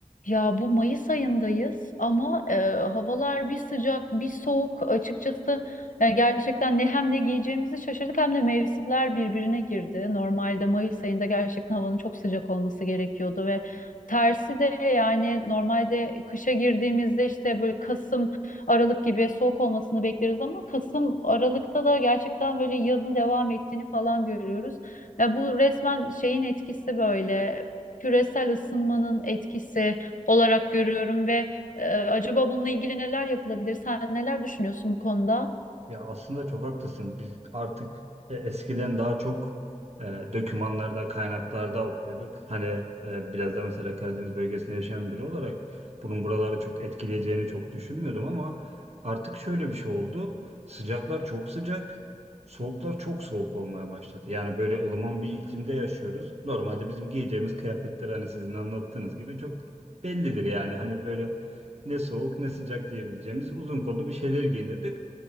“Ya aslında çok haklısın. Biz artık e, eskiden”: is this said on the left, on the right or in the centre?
Right